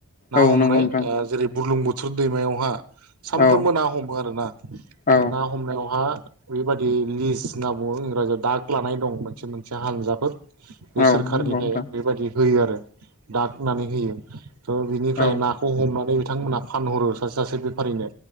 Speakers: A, on the right; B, on the left.
A: ना
B: औ
A: हमनाय
B: नंगौ नोंथां
A: ओ जेरै बुरलुंबुु। थुर दैमायावहा। सानफ्रोमबो
B: औ
A: ना हमो आरोना बे
B: औ
A: ना हमनायावहा। बेबायादि लिस होनना बुङो इंराजियाव दाग लानाय दं मोनसे मोनसे हानजाफोर। बे
B: औ
A: सोरखारनिफ्राय
B: नंगौ नोंथां
A: बेबायदि होयो आरो। दागनानै होयो। थ' बिनिफ्राय
B: औ
A: नाखौ हमनानै। बिथांमोनहा फानहरो सासे सासे बेफारिनो।